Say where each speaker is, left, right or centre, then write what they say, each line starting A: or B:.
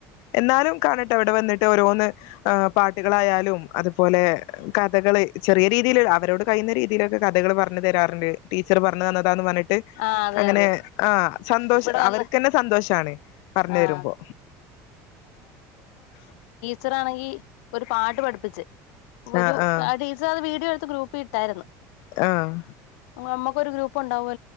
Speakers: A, on the left; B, on the left.
A: എന്നാലും കാണട്ടെ അവിടെ വന്നിട്ട് ഓരോന്ന് ആഹ് പാ കഥകളായാലും അതുപോലെ കഥകള് ചെറിയ രീതിൽ അവരോട് കഴിയുന്ന രീതിയിലൊക്കെ കഥകൾ പറഞ്ഞു തരാറുണ്ട് ടീച്ചർ പറഞ്ഞു തന്നതാന്ന് പറഞ്ഞിട്ട്
B: അതെ
A: അങ്ങനെ
B: അതെ
A: ആഹ് സന്തോഷ
B: ഇവിടെ വന്ന്
A: അവർക്ക്ന്നെ സന്തോഷാണ് പറഞ്ഞെരുമ്പോ
B: ആഹ് ച്ചറാണെങ്കി ഒരു പാട്ട് പഠി പ്പിച്ച് ഒരു
A: ആഹ് ആഹ്
B: ടീച്ചർ അത് വീഡിയോ എ ഗ്രൂപ്പിലിട്ടായിരുന്നു
A: ആഹ്
B: മമ്മക്കൊരു ഗ്രൂപ്പ് ണ്ടാവും